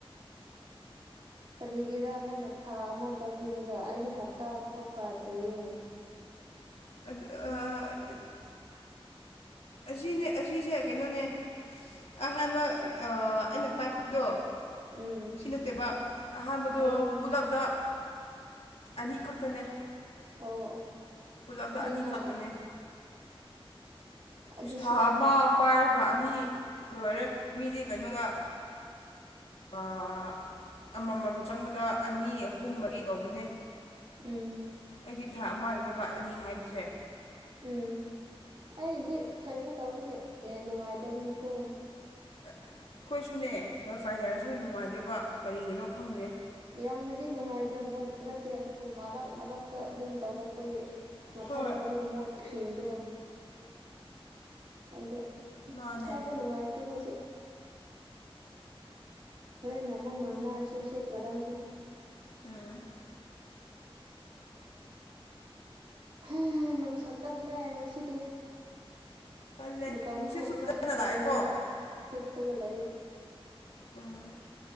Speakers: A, on the right; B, on the left.
A: ꯀꯔꯤꯒꯤꯔꯥ ꯅꯪꯅ ꯊꯥ ꯑꯃ ꯇꯧꯕꯤꯔꯒ ꯑꯩꯗꯤ ꯍꯞꯇꯥ ꯑꯃꯐꯥꯎ ꯐꯗ꯭ꯔꯦꯌꯦ
B: ꯑꯗꯨ ꯑꯥ ꯑꯥ ꯑꯁꯤꯅꯦ ꯑꯁꯤꯁꯦ ꯀꯩꯅꯣꯅꯦ ꯑꯍꯥꯟꯕ ꯑꯩꯅ ꯄꯥꯏꯕꯗꯣ
A: ꯎꯝ
B: ꯁꯤ ꯅꯠꯇꯦꯕ ꯑꯍꯥꯟꯕꯗꯣ
A: ꯑꯣ
B: ꯄꯨꯂꯞꯗ ꯑꯅꯤꯈꯛꯇꯅꯦ
A: ꯑꯣ ꯑꯣ
B: ꯄꯨꯜꯂꯞꯗ
A: ꯐꯩꯅ
B: ꯑꯅꯤꯈꯛꯇꯅꯦ
A: ꯑꯗꯨꯁꯨ
B: ꯏꯁ ꯊꯥ ꯑꯃ ꯄꯥꯏꯔꯒ ꯑꯅꯤ ꯂꯣꯏꯔꯦ ꯃꯤꯗꯤ ꯀꯩꯅꯣꯗ ꯑꯥ ꯑꯃꯃꯝ ꯆꯪꯕꯗ ꯑꯅꯤ ꯑꯍꯨꯝ ꯃꯔꯤ ꯇꯧꯕꯅꯦ
A: ꯎꯝ
B: ꯑꯩꯒꯤ ꯊꯥ ꯑꯃꯒꯤꯅꯦꯕ ꯑꯅꯤ ꯍꯥꯏꯕꯁꯦ
A: ꯎꯝ ꯑꯩꯗꯤ ꯀꯩꯅꯣ ꯇꯧꯕꯒꯤ ꯅꯦꯠ ꯅꯨꯡꯉꯥꯏꯇꯕꯒꯤꯀꯣ
B: ꯑꯩꯈꯣꯏꯁꯨꯅꯦ ꯋꯥꯏ ꯐꯥꯏ ꯍꯥꯏꯔꯁꯨ ꯅꯨꯡꯉꯥꯏꯇꯕ ꯀꯔꯤꯒꯤꯅꯣ ꯈꯪꯗꯦ
A: ꯌꯥꯝꯅꯗꯤ ꯅꯨꯡꯉꯥꯏꯇꯕ ꯅꯠꯇꯦ ꯑꯗꯨꯕꯨ ꯃꯔꯛ ꯃꯔꯛꯇ ꯑꯗꯨꯝ ꯇꯧꯔꯛꯄꯒꯤ ꯃꯊꯟꯗ
B: ꯍꯣꯏ
A: ꯑꯗꯨꯝ ꯃꯣꯠꯈ꯭ꯈꯤꯕꯗꯣ ꯑꯗꯣ
B: ꯃꯥꯅꯦ
A: ꯍꯥꯏꯕ ꯅꯨꯡꯉꯥꯏꯇꯦ ꯍꯧꯖꯤꯛ ꯍꯣꯔꯦꯟ ꯑꯃꯨꯛ ꯉꯥꯡꯅꯔꯁꯦ ꯁꯤꯒꯤ ꯃꯔꯝꯁꯦ
B: ꯎꯝ
A: ꯍ ꯅꯪ ꯁꯛꯀꯜꯂꯦ ꯉꯁꯤꯗꯤ
B: ꯀꯜꯂꯦ
A: ꯗꯨꯀꯥꯟ
B: ꯅꯨꯡꯁꯤꯠꯁꯨ
A: ꯊꯣꯛꯅꯤꯡꯉꯥꯏꯁꯨ
B: ꯐꯖꯅ
A: ꯇꯜꯂꯦꯅ
B: ꯂꯥꯛꯑꯦꯀꯣ
A: ꯍꯤꯞꯄꯒ ꯂꯩꯑꯦ
B: ꯎꯝ